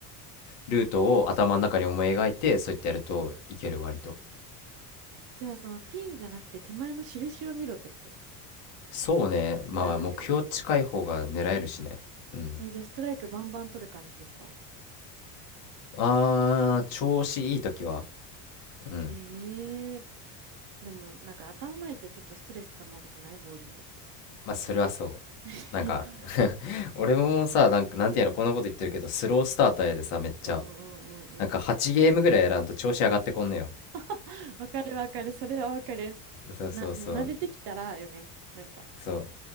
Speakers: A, on the left (about 75°); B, on the right (about 55°).
A: ルートを頭の中に思い描いて、そうやってやるといける、割と。
B: じゃあそのピンじゃなくて手前の印を見ろってこと
A: そうね。まあ、
B: 狙うってこと
A: 目標近い方が狙えるしね。うん。
B: えーじゃあストライクバンバン取る感じですか
A: あー、調子いい時はうん。
B: ええでも、なんか頭痛いとちょっとストレス溜まるくないボーリングって。
A: まあ、それはそう。
B: <laughs>
A: なんか、俺もさ、なんか、なんていうの、こんなこと言ってるけど、スロースターターやでさ、めっちゃ。
B: うんうんうんうん。
A: なんか、8ゲームぐらいやらんと調子上がってこんのよ。
B: <laughs> わかるわかる。それはわかる。
A: そうそうそう、
B: な、もう慣れてきたらよね。なんか
A: そう。